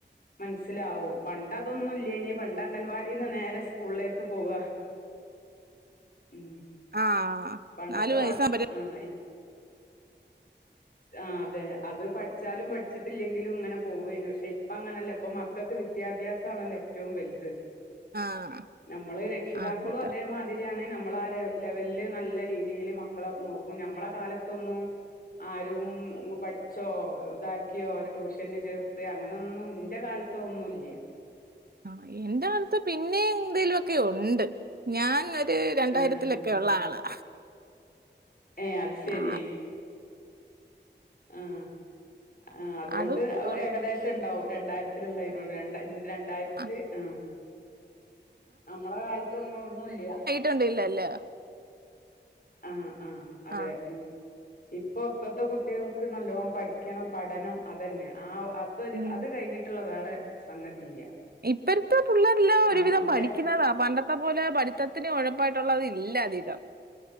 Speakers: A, on the left; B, on the right.
A: മനസ്സിലാവും പണ്ടതൊന്നു ഇ ല്ലേനി പണ്ട് അംഗൻവാടിന്ന് നേരെ സ്കൂളിലേക്ക് പോവ ഉം
B: ആഹ്
A: പണ്ടത്തെ
B: നാല്
A: മാ
B: വയസ്സാകുമ്പ
A: ആഹ് ഇ- ആഹ് അതെ അത് പഠിച്ചാലും പഠിച്ചിട്ടില്ലെങ്കിലും ഇങ്ങനെ പോവായിനു പക്ഷെ ഇപ്പ അങ്ങനല്ല ഇപ്പൊ മ ക്കക്ക് വിദ്യാഭ്യാസാണല്ലൊ ഏറ്റവും വലുത്
B: ആഹ്
A: നമ്മള് രക്ഷിതാക്കളും
B: ആഹ് എത്ര
A: അതേ മാ തിരിയാണെ നമ്മള് ആ ലെവലില് നല്ല രീതിൽ മക്കളെ നോക്കും ഞമ്മളെ കാലത്തൊന്നും ആരും പഠിച്ചോ ഇതാക്കിയോ ഒരു ട്യൂഷന് ചേർത്തേ അങ്ങനൊന്നും എന്റെ കാല ത്തൊന്നുല്ല്യ
B: അഹ് എന്റെ കാലത്ത് പിന്നെം എന്തേലുമൊക്കെ ഉണ്ട് ഞാൻ ഒരു രണ്ടായിരത്തിലൊ
A: ഏഹ് ഏഹ്
B: ഒക്കെയുള്ള ആളാ
A: ഏഹ് അത് ശരി.
B: ആ
A: ആഹ് ആഹ് അതുകൊണ്ട്
B: അതൊക്കെ ഉണ്ട്
A: ഏകദേശം ട്ട്ണ്ടാവും രണ്ടായിരത്തിലുള്ള തിനോണ്ട് രണ്ടാ രണ്ടായിരത്തി
B: ആ
A: ആഹ് നമ്മള കാലത്തൊന്നും ഒന്നുല്ല്യ അ
B: കണ്ടില്ലല്ലൊ
A: ആഹ് ആഹ് അതെ
B: ആ
A: ഉം ഇപ്പൊ ഇപ്പത്തെ കുട്ടികൾക്ക് നല്ലോണം പഠിക്കണം പഠനം അതെന്നെ ആഹ് അ അതൊരു
B: ഉം
A: അത് കഴിഞ്ഞിട്ടുള്ള വേറെ സംഗതി ഇല്ല
B: ഇപ്പഴത്തെ പിള്ളരെല്ലാം
A: നം
B: ഒരുവിധം
A: ഇന്റെ
B: പഠിക്കുന്നതാ പണ്ടത്തെ പോലെ പഠിത്ത- ത്തത്തിന് ഉഴപ്പായിട്ടുള്ളത് ഇല്ല അധികം